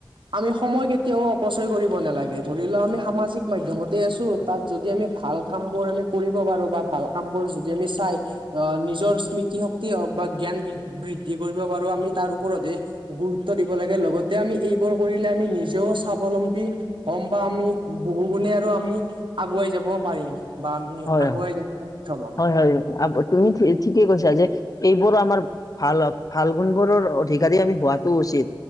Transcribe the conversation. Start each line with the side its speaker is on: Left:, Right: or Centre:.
Right: আমি সময় কেতিয়াও অপচয় কৰিব নালাগে, ধৰি লও আমি সামাজিক মাধ্যমতে আছো তাত যদি আমি ভাল। কামবোৰ আমি কৰিব পাৰো বা ভাল কাম বোৰ যদি আমি চাই। আহ নিজৰ স্মৃতিশক্তিয় হওক বা জ্ঞান বৃদ্ধি কৰিব পাৰো আমি তাৰ ওপৰতে। গুৰুত্ব দিব লাগে লগতে আমি এইবোৰ কৰিলে আমি নিজেও স্বাৱলম্বী। কম বাম আমি বহু গুণে আৰু আমি আগুৱাই যাব পাৰিম। বা আমি
Left: হয়
Right: আগুৱাই যাবলৈ সক্ষম হ'ম।
Left: হয় হয় <inaudible> তুমি ঠিকেই কৈছা যে, এইবোৰো আমাৰ ভাল ভাল গুণবোৰৰ অধিকাৰী আমি হোৱাতটো উচিত